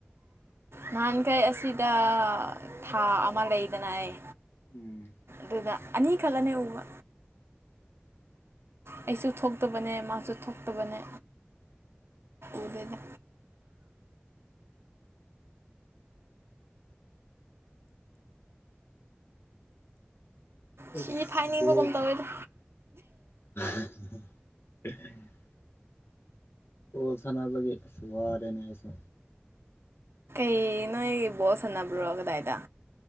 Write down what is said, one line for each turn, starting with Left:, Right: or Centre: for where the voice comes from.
Right: ꯅꯍꯥꯟꯈꯩ ꯑꯁꯤꯗ ꯊꯥ ꯑꯃ ꯂꯩꯗꯅ ꯑꯩ
Left: ꯎꯝ
Right: ꯑꯗꯨꯗ ꯑꯅꯤ ꯈꯛꯈꯅꯦ ꯎꯕ
Left: ꯎꯝ
Right: ꯑꯩꯁꯨ ꯊꯣꯛꯇꯕꯅꯦ ꯃꯥꯁꯨ ꯊꯣꯛꯇꯕꯅꯦ ꯎꯗꯦꯗ ꯊꯤ
Left: ꯑꯁ
Right: ꯐꯥꯏꯅꯤꯡꯕꯒꯨꯝ
Left: ꯕꯣꯜ
Right: ꯇꯧꯋꯦꯗ
Left: ꯍꯍ ꯕꯣꯜ ꯁꯥꯅꯕꯒꯤ ꯑꯁ ꯋꯥꯔꯦꯅꯦ ꯑꯩꯁꯨ
Right: ꯏ ꯅꯣꯢ ꯕꯣꯜ ꯁꯥꯅꯕ꯭ꯔꯣ ꯀꯗꯥꯏꯗ